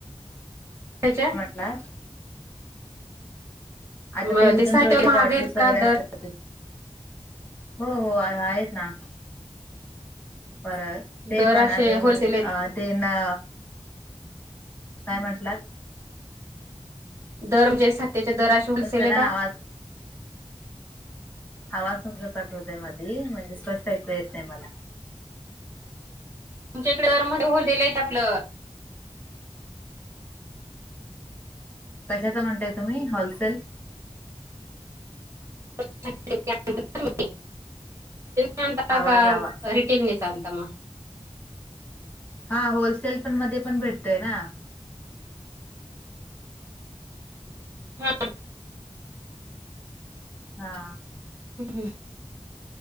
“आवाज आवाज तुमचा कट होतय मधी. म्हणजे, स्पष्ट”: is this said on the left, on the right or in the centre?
Left